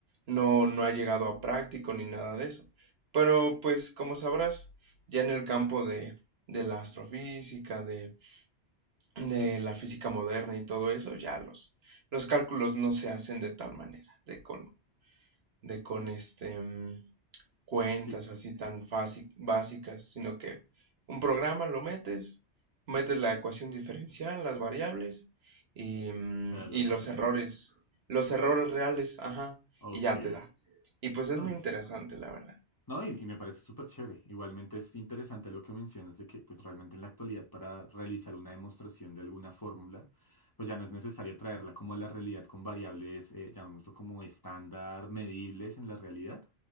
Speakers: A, on the right (about 65°); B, on the left (about 20°).
A: no, no ha llegado a práctico ni nada de eso. Pero pues como sabrás, ya en el campo de, de la astrofísica, de, de la física moderna y todo eso, ya los, los cálculos no se hacen de tal manera, de con de con este mm, cuentas
B: Sí,
A: así tan fácil, básicas, sino que un programa lo metes, metes la ecuación diferencial, las variables y, mm,
B: te da los
A: y los
B: resultados.
A: errores, los errores reales, ajá,
B: Ok.
A: y ya te da. Y pues es
B: No,
A: muy
B: y-
A: interesante, la verdad.
B: No, y, y me parece súper chévere. Igualmente es interesante lo que mencionas de que pues realmente en la actualidad para realizar una demostración de alguna fórmula, pues ya no es necesario traerla como a la realidad con variables, eh, llamémoslo como estándar, medibles en la realidad,